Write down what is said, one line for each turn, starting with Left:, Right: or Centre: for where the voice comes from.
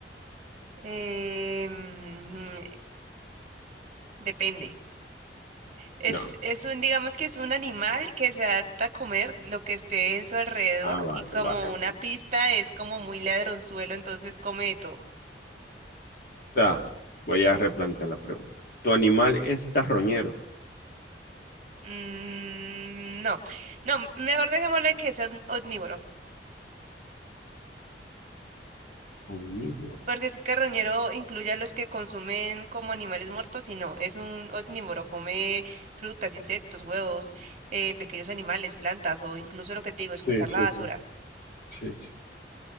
Right: eh, mm, depende. Es,
Left: No.
Right: es un, digamos que es un animal que se adapta a comer lo que esté en su alrededor
Left: Ah, vale,
Right: y como
Left: vale,
Right: una
Left: vale.
Right: pista es como muy ladronzuelo, entonces come de todo.
Left: O sea, voy a replantear la pregunta. Tu animal es carroñero.
Right: Mm, no, no, mejor dejémoslo en que sea un omnívoro.
Left: Omnívoro.
Right: Porque es que carroñero incluye a los que consumen como animales muertos y no, es un omnívoro, come frutas, insectos, huevos, eh, pequeños animales, plantas o incluso lo que te digo, esculcar
Left: Sí, sí,
Right: la basura.
Left: sí. Sí, sí.